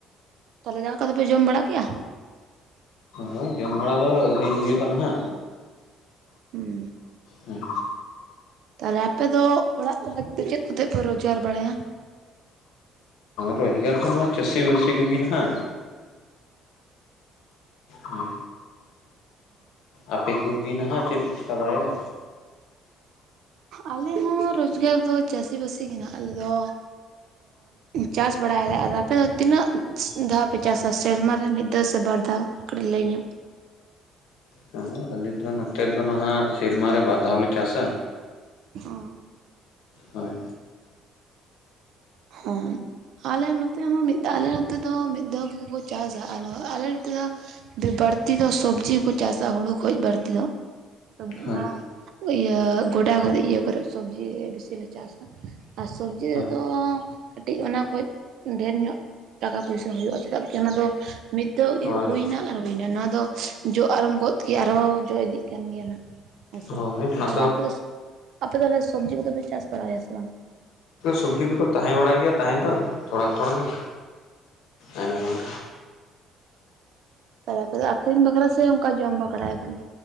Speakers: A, on the right (about 70°); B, on the left (about 85°).
A: ᱛᱟᱦᱚᱞᱮ ᱫᱟᱠᱟ ᱠᱚᱫᱚᱯᱮ ᱡᱚᱢ ᱵᱟᱲᱟ ᱠᱮ-ᱟ?
B: ᱦᱳᱭ ᱡᱚᱢ ᱵᱟᱲᱟ ᱫᱚ ᱟᱹᱣᱨᱤ ᱦᱩᱭᱩᱜ-ᱟ ᱱᱟᱦᱟᱜ᱾
A: ᱦᱩᱸ
B: ᱦᱮᱸ
A: ᱛᱟᱦᱚᱞᱮ ᱟᱯᱮ ᱫᱚ ᱚᱲᱟᱜ ᱠᱚ ᱞᱟᱹᱜᱤᱫ ᱫᱚ ᱪᱮᱫ ᱠᱚᱛᱮ ᱯᱮ ᱨᱚᱡᱽᱜᱟᱨ ᱵᱟᱲᱟᱭᱟ?
B: ᱨᱚᱡᱽᱜᱟᱨ ᱫᱚ ᱱᱚᱣᱟ ᱪᱟᱹᱥᱤ ᱵᱟᱹᱥᱤ ᱠᱚᱜᱮ ᱱᱟᱦᱟᱜ᱾ ᱦᱮᱸ ᱟᱯᱮ ᱠᱚ ᱜᱮ ᱱᱟᱦᱟᱜ ᱪᱮᱫ ᱯᱮ ᱪᱤᱠᱟ ᱵᱟᱲᱟᱭᱮᱫᱟ?
A: ᱟᱞᱮ ᱦᱚᱸ ᱨᱳᱡᱽᱜᱟᱨ ᱫᱚ ᱪᱟᱹᱥᱤᱵᱟᱹᱥᱤ ᱜᱮ ᱦᱟᱜ, ᱟᱞᱮ ᱫᱚ ᱪᱟᱥ ᱵᱟᱲᱟᱭᱟᱞᱮ ᱟᱨ ᱟᱯᱮ ᱫᱚ ᱛᱤᱱᱟᱹᱜ ᱫᱷᱟᱣ ᱯᱮ ᱪᱟᱥᱟ ᱥᱮᱨᱢᱟ ᱨᱮ ᱢᱤᱫ ᱫᱷᱟᱣ ᱥᱮ ᱵᱟᱨ ᱫᱷᱟᱣ? ᱠᱟᱹᱴᱤᱡ ᱞᱟᱹᱭ ᱧᱚᱜ
B: ᱦᱮᱸ ᱟᱞᱮ ᱫᱚ ᱱᱚᱛᱮ ᱫᱚ ᱱᱟᱦᱟᱜ ᱥᱮᱨᱢᱟ ᱨᱮ ᱵᱟᱨ ᱫᱷᱟᱣᱞᱮ ᱪᱟᱥᱟ᱾
A: ᱚ
B: ᱦᱳᱭ
A: ᱦᱚ ᱟᱞᱮ ᱱᱚᱛᱮ ᱦᱚᱸ ᱢᱤᱫ ᱟᱞᱮ ᱱᱚᱛᱮ ᱫᱚ ᱢᱤᱫ ᱫᱷᱟᱣ ᱜᱮᱜᱮᱠᱚ ᱪᱟᱥᱟ ᱟᱨ ᱟᱞᱮ ᱱᱚᱛᱮ ᱫᱚ ᱵᱟᱹᱲᱛᱤ ᱫᱚ ᱥᱚᱵᱽᱡᱤᱠᱚ ᱪᱟᱥᱟ, ᱦᱩᱲᱩ ᱠᱷᱚᱡ ᱵᱟᱹᱲᱛᱤ ᱫᱚ, ᱚᱱᱟ
B: ᱦᱳᱭ
A: ᱤᱭᱟᱹ ᱜᱚᱰᱟ ᱠᱚᱨᱮ ᱤᱭᱟᱹ ᱠᱚᱨᱮ ᱥᱚᱵᱽᱡᱤ ᱵᱤᱥᱤ ᱞᱮ ᱪᱟᱥᱟ᱾ ᱟᱨ ᱥᱚᱵᱡᱤ
B: ᱦᱳᱭ
A: ᱨᱮᱫᱚ ᱠᱟᱹᱴᱤᱡ ᱚᱱᱟ ᱠᱷᱚᱡ ᱰᱷᱮᱨ ᱧᱚᱜ ᱴᱟᱠᱟ ᱯᱚᱭᱥᱟ ᱦᱩᱭᱩᱜ-ᱟ ᱪᱮᱫᱟᱜ ᱠᱤ ᱚᱱᱟ ᱫᱚ ᱢᱤᱫ ᱫᱷᱟᱣ
B: ᱦᱳᱭ
A: ᱦᱩᱭᱱᱟ ᱟᱨ ᱦᱩᱭᱱᱟ ᱱᱚᱣᱟ ᱫᱚ ᱡᱚ ᱟᱨᱚᱢ ᱜᱚᱫ ᱠᱮᱫᱟ ᱟᱨᱦᱚᱸ ᱡᱚ ᱤᱫᱤᱜ ᱠᱟᱱ ᱜᱮᱭᱟ ᱱᱟᱜ᱾ ᱦᱮᱸᱥᱮ
B: ᱦᱳᱭ ᱚᱱᱟ
A: ᱛᱟᱦᱚᱞᱮ ᱟᱯᱮ ᱫᱚ ᱟᱯᱮ ᱫᱚ ᱥᱚᱵᱽᱡᱤ ᱠᱚᱫᱚ ᱯᱮ ᱪᱟᱥ ᱵᱟᱲᱟᱭᱟ ᱥᱮ ᱵᱟᱝ?
B: ᱥᱚᱵᱡᱤ ᱠᱚᱫᱚ ᱛᱟᱦᱮᱸ ᱵᱟᱲᱟᱭ ᱜᱮᱭᱟ ᱛᱟᱦᱮᱸ ᱫᱚ ᱛᱷᱚᱲᱟ ᱛᱷᱚᱲᱟ ᱜᱮ᱾ ᱟᱭᱢᱟ ᱵᱟᱝ ᱨᱮ
A: ᱦᱩᱸ ᱟᱯᱮ ᱫᱚ ᱟᱠᱷᱨᱤᱧ ᱵᱟᱠᱷᱨᱟ ᱥᱮ ᱚᱱᱠᱟ ᱡᱚᱢ ᱵᱟᱠᱷᱲᱟ ᱠᱷᱟᱹᱞᱤ?